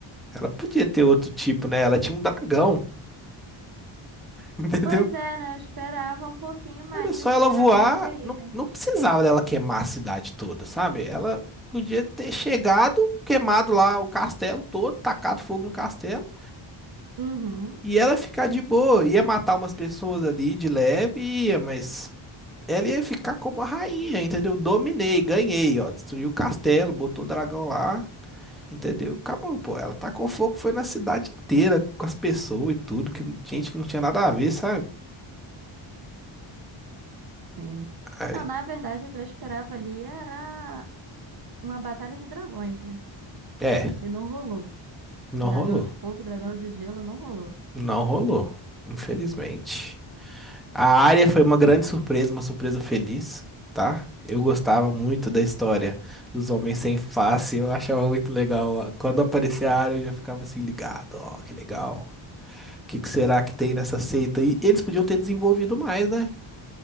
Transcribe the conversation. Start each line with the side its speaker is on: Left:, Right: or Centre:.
Centre: Ela podia ter outro tipo, né? Ela tinha um dragão, <laughs> entendeu?
Right: Pois é, né? Eu esperava um pouquinho mais
Centre: Era só
Right: desses
Centre: ela
Right: dragões
Centre: voar,
Right: aí,
Centre: não,
Right: né?
Centre: não precisava dela queimar a cidade toda, sabe? Ela podia ter chegado, queimado lá o castelo todo, tacado fogo no castelo.
Right: Uhum.
Centre: E ela ficar de boa, ia matar umas pessoas ali de leve, ia, mas Ela ia ficar como a rainha, entendeu? Dominei, ganhei, ó. Destruiu o castelo, botou o dragão lá, entendeu? Acabou, pô. Ela tacou fogo, foi na cidade inteira, com as pessoas e tudo, que não- gente que não tinha nada a ver, sabe?
Right: Sim.
Centre: Aí,
Right: Não, na verdade, o que eu esperava ali era uma batalha de dragões, né?
Centre: é,
Right: E não rolou.
Centre: não
Right: Dragão
Centre: rolou.
Right: de fogo, dragão de gelo, não rolou.
Centre: Não rolou, infelizmente. A Arya foi uma grande surpresa, uma surpresa feliz, tá? Eu gostava muito da história dos Homens Sem Face, eu achava muito legal. ó. Quando aparecia a Arya, eu já ficava assim ligado, ó, que legal. O que que será que tem nessa seita? E eles podiam ter desenvolvido mais, né?